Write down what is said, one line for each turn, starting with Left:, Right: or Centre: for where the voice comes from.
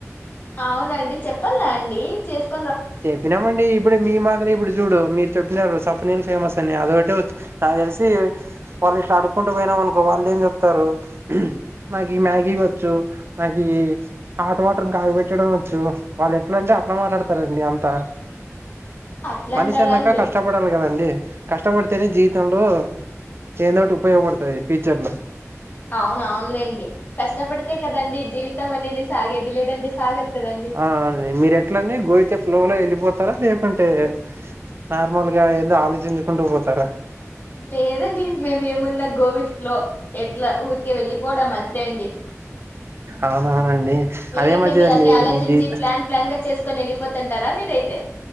Left: అవునండి చెప్పాల అండి చేస్త
Right: చెప్పినామండి ఇప్పుడె మీ మాదిరే ఇప్పుడు చూడు మీరు చెప్పినారు సప్పనీళ్ ఫేమస్ ని అదోటె వచ్చు నాకు తెలిసి వాళ్ళు ఇట్లా అడుకుంటూ పోయినాం అనుకో వాళ్ళు ఏం చెప్తారు నాకి మ్యాగీ వచ్చు నాకీ హాట్ వాటర్ని కాకబెట్టడం వచ్చు వాల్లెట్లంటే అట్ల మాట్లాడతారండి అంతా
Left: అట్లా
Right: మనిషన్నాక
Left: అంటారా అండి
Right: కష్టపడాలి కదండి కష్టపడితేనే జీవితంలో ఏందోటి ఉపయోగపడుతుంది ఫ్యూచర్ లో
Left: అవునవునులేండి కష్టపడితే కదండి జీవితం అనేది సాగేది లేదండి సాగదు కదండి
Right: హా అండి మీరెట్లండి గోవితే ఫ్లో లో ఎళ్ళిపోతారా లేకుంటే నార్మల్ గా ఏందో ఆలోచించుకుంటూ పోతారా
Left: లేదండి మేమేమున్నా గో విత్ ఫ్లో ఎట్లా ఊరికే వెళ్ళిపోవడం అంతే అండి
Right: అవునవునండి
Left: మీరండి
Right: అదే మంచిదండి
Left: మీరు అన్ని ఆలోచించి
Right: ఈ జీత
Left: ప్లాన్ ప్లాన్ గా చేసుకొని వెళ్ళిపోతుంటారా మీరైతే